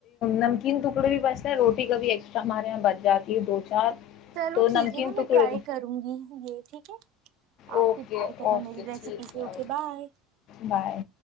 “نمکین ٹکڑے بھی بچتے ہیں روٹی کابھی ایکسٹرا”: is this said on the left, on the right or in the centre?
Left